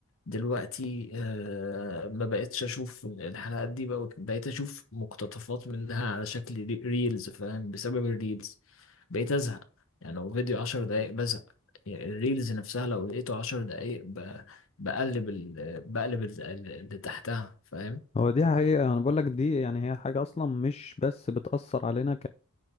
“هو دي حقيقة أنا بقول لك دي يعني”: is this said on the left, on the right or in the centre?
Left